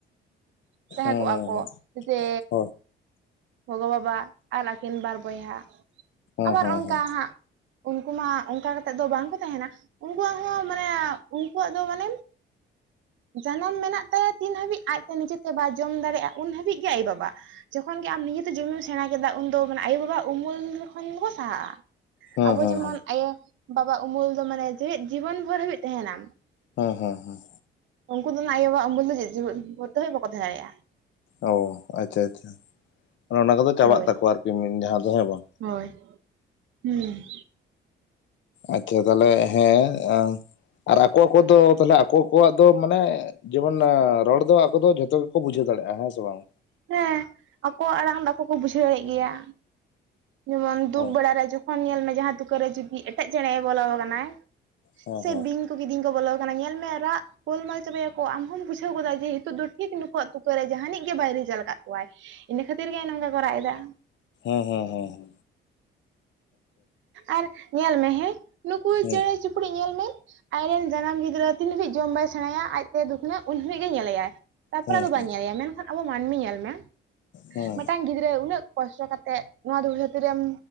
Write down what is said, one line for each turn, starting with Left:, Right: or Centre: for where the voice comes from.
Right: ᱛᱟᱦᱮᱸ
Left: ᱦᱮᱸ
Right: ᱠᱚᱜᱼᱟ ᱠᱚ ᱡᱮ
Left: ᱦᱮᱸ
Right: ᱜᱚᱜᱚ ᱵᱟᱵᱟ᱾ ᱟᱨ ᱟᱹᱠᱤᱱ ᱵᱟᱨ ᱵᱚᱭᱦᱟ ᱟᱵᱟᱨ
Left: ᱦᱮᱸ ᱦᱮᱸ
Right: ᱚᱱᱠᱟ
Left: ᱦᱮᱸ
Right: ᱦᱟᱸᱜ ᱩᱱᱠᱩ ᱢᱟ ᱚᱱᱠᱟ ᱠᱟᱛᱮᱫ ᱫᱚ ᱵᱟᱝᱠᱚ ᱛᱟᱦᱮᱱᱟ᱾ ᱩᱱᱠᱩᱣᱟᱜ ᱦᱚᱸ ᱢᱟᱱᱮ ᱩᱱᱠᱩᱣᱟᱜ ᱫᱚ ᱢᱟᱱᱮ᱾ ᱡᱟᱱᱟᱢ ᱢᱮᱱᱟᱜ ᱛᱟᱭᱟ ᱛᱤᱱ ᱦᱟᱹᱵᱤᱡ ᱟᱡᱛᱮ ᱱᱤᱡᱮᱛᱮ ᱵᱟᱭ ᱡᱚᱢ ᱫᱟᱲᱮᱭᱟᱜᱼᱟ ᱩᱱ ᱦᱟᱹᱵᱤᱡ ᱜᱮ ᱟᱭᱳ ᱵᱟᱵᱟ᱾ ᱡᱚᱠᱷᱚᱱ ᱜᱮ ᱟᱢ ᱱᱮᱡᱮ ᱛᱮ ᱡᱚᱢᱮᱢ ᱥᱮᱬᱟ ᱠᱮᱫᱟ ᱩᱱᱫᱚ ᱢᱟᱱᱮ ᱟᱭᱳᱼᱵᱟᱵᱟᱣᱟᱜ ᱩᱢᱩᱞ ᱠᱷᱚᱱ ᱫᱚᱠᱚ ᱥᱟᱦᱟᱜᱼᱟ
Left: ᱦᱮᱸ
Right: ᱟᱵᱚ
Left: ᱦᱮᱸ
Right: ᱡᱮᱢᱚᱱ
Left: ᱦᱮᱸ
Right: ᱟᱭᱳ ᱵᱟᱵᱟᱜ ᱩᱢᱩᱞ ᱫᱚ ᱢᱟᱱᱮ ᱡᱮᱣᱮᱫ ᱡᱤᱵᱚᱱ ᱵᱷᱳᱨ ᱦᱟᱹᱵᱤᱡ ᱛᱟᱦᱮᱱᱟ
Left: ᱦᱟᱸ ᱦᱟᱸ ᱦᱟᱸ
Right: ᱩᱱᱠᱩ ᱫᱚ ᱱᱟᱜ ᱟᱭᱳᱼᱵᱟᱵᱟ ᱩᱢᱩᱞ ᱫᱚ ᱡᱤᱣᱤᱫ <unintelligible> ᱵᱷᱚᱨ ᱫᱚ ᱵᱟᱠᱚ ᱛᱟᱦᱮᱸ ᱫᱟᱲᱮᱭᱟᱜᱼᱟ᱾
Left: ᱚᱻ ᱟᱪᱪᱷᱟ ᱟᱪᱪᱷᱟ ᱚᱱᱟ ᱠᱚᱫᱚ ᱪᱟᱵᱟᱜ
Right: ᱦᱳᱭ
Left: ᱛᱟᱠᱚᱣᱟ ᱟᱨᱠᱤ ᱢᱮᱱ ᱡᱟᱦᱟᱸ ᱫᱚ ᱦᱮᱸ ᱵᱟᱝ
Right: ᱦᱳᱭ ᱦᱩᱸ
Left: ᱟᱪᱪᱷᱟ ᱛᱟᱦᱚᱞᱮ ᱦᱮᱸ ᱟᱨ ᱟᱨ ᱟᱠᱚ ᱟᱠᱚ ᱠᱚ ᱫᱚ ᱛᱟᱦᱚᱞᱮ ᱟᱠᱚ, ᱟᱠᱚᱣᱟᱜ ᱫᱚ ᱢᱟᱱᱮ ᱡᱮᱢᱚᱱ ᱨᱚᱲ ᱫᱚ ᱟᱠᱚ ᱫᱚ ᱡᱷᱚᱛᱚ ᱜᱮᱠᱚ ᱵᱩᱡᱷᱟᱹᱣ ᱫᱟᱲᱮᱭᱟᱜᱼᱟ ᱾ ᱦᱮᱸ ᱥᱮ ᱵᱟᱝ?
Right: ᱦᱮᱸ ᱟᱠᱚᱣᱟᱜ ᱟᱲᱟᱝ ᱟᱠᱚ ᱠᱚ ᱵᱩᱡᱷᱟᱹᱣ ᱫᱟᱲᱮᱭᱟᱜ ᱜᱮᱭᱟ ᱡᱮᱢᱚᱱ ᱫᱩᱠ
Left: ᱦᱳᱭ
Right: ᱵᱮᱲᱮ ᱨᱮ <unintelligible> ᱠᱷᱟᱱ ᱧᱮᱞ ᱢᱮ ᱡᱟᱦᱟᱸ ᱛᱩᱠᱟᱹ ᱨᱮ ᱪᱩᱯᱤ ᱮᱴᱟᱜ ᱪᱮᱬᱮ ᱵᱚᱞᱚᱣ ᱟᱠᱟᱱᱟᱭ,
Left: ᱦᱮᱸ
Right: ᱥᱮ
Left: ᱦᱮᱸ
Right: ᱵᱤᱧ ᱩᱱᱠᱩ ᱠᱤᱫᱤᱧ ᱠᱚ ᱵᱚᱞᱚᱣ ᱟᱠᱟᱱᱟ ᱧᱮᱞ ᱢᱮ ᱨᱟᱜ, ᱜᱳᱢᱟᱞ ᱪᱟᱵᱟᱭᱟᱠᱚ ᱟᱢ ᱦᱚᱢ ᱵᱩᱡᱷᱟᱹᱣ ᱜᱚᱫᱟ ᱡᱮ ᱦᱤᱛᱳᱜ ᱫᱚ ᱴᱷᱤᱠ ᱱᱩᱠᱩ ᱟᱜ ᱛᱩᱠᱟᱹ ᱨᱮ ᱡᱟᱦᱟᱱᱤᱡ ᱜᱮ ᱵᱟᱭᱨᱤ, ᱧᱮᱞ ᱟᱠᱟᱫ ᱠᱚᱣᱟᱭ ᱤᱱᱟᱹ ᱠᱷᱟᱹᱛᱤᱨ ᱜᱮ ᱱᱚᱝᱠᱟ ᱠᱚ ᱨᱟᱜ ᱮᱫᱟ᱾
Left: ᱦᱩᱸᱻᱦᱩᱸᱻᱦᱩᱸᱻᱦᱩᱸ
Right: ᱟᱨ ᱧᱮᱞ ᱢᱮ ᱦᱮᱸ, ᱱᱩᱠᱩ
Left: ᱦᱮᱸ
Right: ᱪᱮᱬᱮ ᱪᱩᱯᱲᱤᱡ ᱧᱮᱞ ᱢᱮ, ᱟᱡᱨᱮᱱ ᱡᱟᱱᱟᱢ ᱜᱤᱫᱽᱨᱟᱹ ᱛᱤᱱ ᱦᱟᱹᱵᱤᱡ ᱡᱚᱢ ᱵᱟᱭ ᱥᱮᱬᱟᱭᱟ ᱟᱡᱛᱮ ᱫᱩᱠᱷ ᱧᱚᱜ ᱩᱱ ᱦᱟᱹᱵᱤᱡ ᱜᱮᱭ ᱧᱮᱞᱮᱭᱟᱭ᱾ ᱛᱟᱨ
Left: ᱦᱮᱸ
Right: ᱯᱚᱨᱮ ᱟᱫᱚ
Left: ᱦᱮᱸ
Right: ᱵᱟᱭ
Left: ᱦᱮᱸ
Right: ᱧᱮᱞᱮᱭᱟ ᱢᱮᱱᱠᱷᱟᱱ ᱟᱵᱚ ᱢᱟᱹᱱᱢᱤ ᱧᱮᱞ ᱢᱮ
Left: ᱦᱮᱸ
Right: ᱢᱤᱫᱴᱟᱝ ᱜᱤᱫᱽᱨᱟᱹ ᱩᱱᱟᱹᱜ ᱠᱚᱥᱴᱚ ᱠᱟᱛᱮᱫ ᱱᱚᱣᱟ ᱫᱷᱩᱲᱤ ᱫᱷᱟᱹᱨᱛᱤ ᱨᱮᱢ